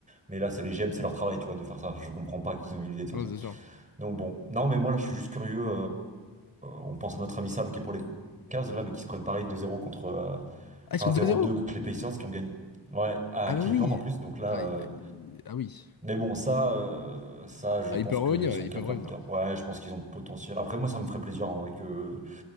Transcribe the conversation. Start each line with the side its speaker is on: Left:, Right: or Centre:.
Right: Mais là, c'est les GM, c'est leur travail, tu vois, de faire ça. Je comprends pas qu'ils ont eu l'idée de faire
Left: ouais,
Right: ça.
Left: Ouais, c'est genre...
Right: Donc bon. Non, mais moi, là, je suis juste curieux. euh, on pense à notre ami Sam qui est pour les Cavs, là, mais qui se prennent pareil 2 zéro contre. euh,
Left: Ah,
Right: Enfin,
Left: ils sont deux
Right: zéro
Left: zéro
Right: deux contre les Pacers qui ont gagné. Ouais, à
Left: Ah
Right: Cleveland
Left: bah oui!
Right: en plus. Donc là.
Left: Aïe,
Right: euh,
Left: aïe, aïe. Ah oui.
Right: Mais bon, ça, euh, ça, je
Left: Ah,
Right: pense
Left: ils peuvent
Right: qu'ils
Left: revenir,
Right: sont
Left: ils
Right: capables
Left: peuvent revenir.
Right: de. Ouais, je pense qu'ils ont le potentiel. Après, moi, ça me ferait plaisir en vrai que